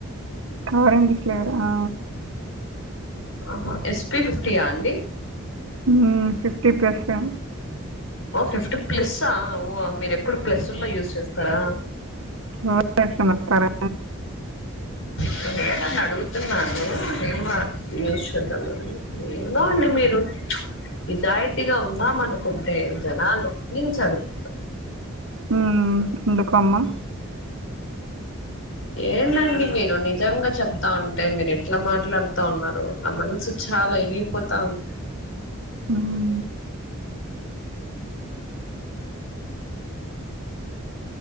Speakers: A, on the right (about 70°); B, on the left (about 60°).
A: orange flavour ఆ
B: ఆహా ఎస్ పి ఫిఫ్టీ యా అండి
A: ఊ ఫిఫ్టీ ప్లెస్ యే
B: ఓ ఫిఫ్టీ ప్లస్ ఆ ఓ మీరు ఎప్పుడూ ప్లస్సుల్లో యూజ్ చేస్తారా
A: <inaudible> ఏస్కొని వస్తారా
B: నేను ఏం అని అడుగుతున్నాను నేను మా యూస్ చూద్దాం అని ఏందో అండి మీరు నిజాయితీగా ఉందాం అనుకుంటే జనాలు ఉన్నించడు <inaudible>
A: హుమ్ ఎందుకమ్మం
B: ఎందండీ మీరు నిజంగా చెప్తా ఉంటే మీరు ఎట్లా మాట్లాడుత తా ఉన్నారు నా మనసు చాలా వెరిగిపోతా ఉంది
A: ఉమ్